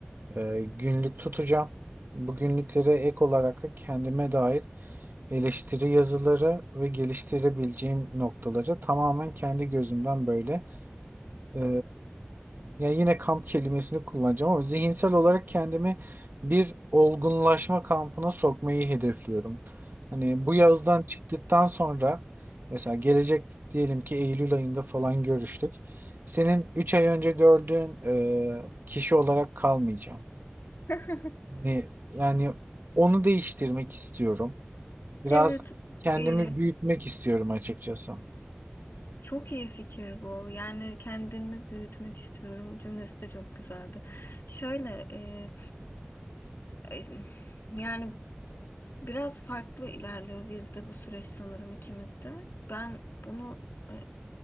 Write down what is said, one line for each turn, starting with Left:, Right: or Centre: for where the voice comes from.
Right: Ee, günlük tutacağım. Bu günlüklere ek olarak da kendime dair eleştiri yazıları ve geliştirebileceğim noktaları tamamen kendi gözümden böyle e, ya yine kamp kelimesini kullanacağım ama zihinsel olarak kendimi bir olgunlaşma kampına sokmayı hedefliyorum. Hani bu yazdan çıktıktan sonra mesela gelecek diyelim ki Eylül ayında falan görüştük. Senin 3 ay önce gördüğün e, kişi olarak kalmayacağım.
Left: <laughs>
Right: Hani yani onu değiştirmek istiyorum. Biraz
Left: Evet,
Right: kendimi
Left: iyi.
Right: büyütmek istiyorum açıkçası.
Left: Çok iyi fikir bu. Yani kendimi büyütmek istiyorum. Cümlesi de çok güzeldi. Şöyle e, E, Yani biraz farklı ilerliyor bizde bu süreç sanırım ikimizde. Ben bunu e,